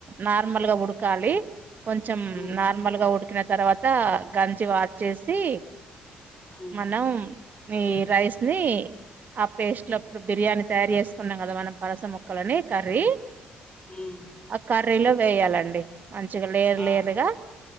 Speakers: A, on the right; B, on the left.
A: నార్మల్గా ఉడకాలి. కొంచం
B: ఉమ్,
A: నార్మల్గా ఉడికిన తర్వా త గంచి వంచేసి
B: ఉమ్,
A: మనం ఈ రైస్ ని ఆ పేస్ట్లో అప్పుడు బిర్యాని తయారు చేసుకున్నాం కదా మనం పనస ముక్ క్కలని కర్రీ.
B: ఉమ్,
A: ఆ కర్రీలో వేయాలండి. మంచిగా లేయర్
B: ఆ
A: లేయల్రుగా